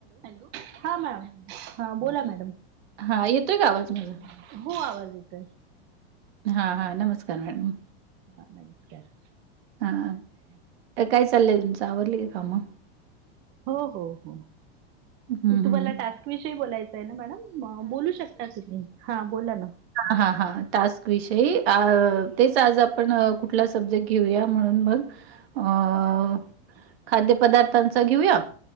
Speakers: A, on the right; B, on the right.
A: Hello हा madam ह बोला मॅडम
B: हां येतोय का
A: य
B: आवाज माझा?
A: हो आवाज येतोय
B: हा हां नमस्कार मॅडम
A: हा नमस्कार
B: हा काय चाललंय तुमचं आवरलं काी काम
A: हो हो हो
B: हं,
A: तुम्हाला
B: हं.
A: टास्क विषयी बोलायचं मॅडम बोलू शकता तुम्ही हा बोला ना
B: हा हां हां टास्क विषयी तेच आज आपण कुठला सब्जेक्ट घेऊया म्हणून मग अ खाद्यपदार्थांचा घेऊया